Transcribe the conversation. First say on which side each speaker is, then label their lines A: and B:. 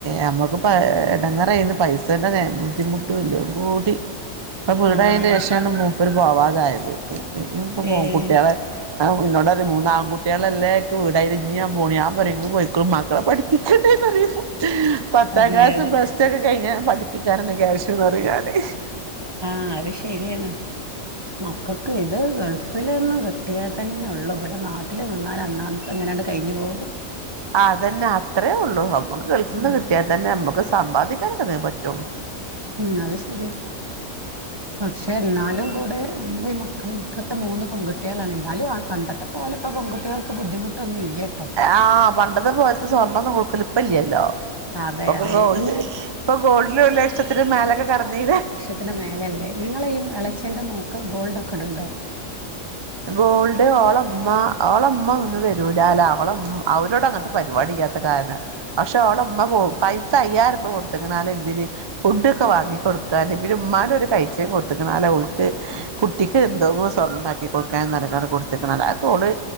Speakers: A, on the right (about 40°); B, on the right (about 20°).
A: നമ്മുക്ക് പൈ എടങ്ങറെര്ന്ന് പൈസേന്റെ ബുദ്ധിമുട്ടും എല്ലാംകൂടി. ഇപ്പൊ വീട്
B: ആഹ്
A: ആയെന്റെ
B: ആഹ്
A: ശേഷാണ് മൂപ്പര് പോവാതായത് ഇപ്പൊ
B: ഏഹ്
A: കുട്ടിളെ ആഹ് ഉന്നോട് പറിം മൂന്ന് ആൺകുട്ടിളെല്ലേ ഇക്ക് വീടായിലെ ഇഞ്ഞി ഞാൻ പോണില്ല ഞാൻ പറയും ഇങ്ങള് പോയിക്കോ മക്ക പഠിപ്പിച്ചണ്ടെന്നറിയുപ്പൊ പത്താം
B: അതെ
A: ക്ലാസ്
B: അതെ
A: പ്ലസ്ടു ഒക്കെ കഴിഞ്ഞ പഠിപ്പിക്കാനൊന്നു ക്യാഷ്ന്ന് പറയും ഞാന്.
B: ആഹ് അത് ശെരിയാണ് മക്കൾക്ക് ഇത് ഗൾഫ് ന്ന്ലൊന്നും കിട്ടിയാ തന്നെ ഉള്ളു ഇവിടെ നാട്ടില് നിന്നാല് അന്നേന്നാത്തത് ഇങ്ങനെങ്ങാണ്ട് കഴിഞ്ഞു പോവും.
A: അതന്നെ അത്രയേ ഉള്ളു നമ്മുക്ക് ഗൾഫിന്ന്
B: ഉം
A: നിന്ന് കിട്ടിയാൽ തന്നെ നമ്മുക്ക് സമ്പാദിക്കാനൊക്കെ എന്തെലും പറ്റുള്ളൂ.
B: ഉം അത് ശരിയാണ് പക്ഷേ പക്ഷേ എന്നാലും കൂടെ നമ്മള ഈ മക്കൾൻക്കൊക്കെ മൂന്ന് പെൺകുട്ടികളാണ് എന്നാലും ആഹ് പണ്ടത്തെ പോലെ ഇപ്പൊ പെൺകുട്ടികൾക്ക് ബുദ്ധിമുട്ടൊന്നു ഇല്ലേട്ടോ.
A: ആഹ് പണ്ടത്തെ പോലെത്തെ സ്വർണ്ണൊന്നും കുടുക്കലിപ്പല്ലല്ലോ.
B: അതെ
A: ഇപ്പൊക്കെ
B: അതെ
A: ഗോൾഡ്
B: ഇങ്ങ
A: ഇപ്പൊ ഗോൾഡിന് ഒര്ലക്ഷത്തിന് മേലൊക്കെ കടന്നിലെ.
B: ലക്ഷത്തിൻ്റെ മേലല്ലേ നിങ്ങള ഈ ഇളച്ചൻ്റെ മോക്ക് ഗോൾഡ് ഒക്കെ ഇടുണ്ടോ?
A: ഗോൾഡ് ഓളെമ്മ ഓളമ്മന്നും വരൂലലാ അവളമ്മ അവരോടങ്ങനത്തെ പരി പരിപാടിയാത്ത കാരണം പക്ഷെ അവളെ ഉമ്മ പൈസ അയ്യായിരം രൂപ കൊടുത്തക്കണാല എന്തിന് ഫുഡ് ഒക്കെ വാങ്ങി കൊടുക്കാന് പിന്ന ഉമ്മാന്റെ ഒരു കൈചെയിൻ കൊടുത്ത്ക്ക്‌ണാലാ ഓള്ക്ക്. കുട്ടിക്ക് എന്തോന്ന് സ്വർണ്ണണ്ടാ കൊടുക്കാൻ ന്നാർഞ്ഞാക്കണ്ട് കൊടുത്തക്കണതാ അതൊക്കോള്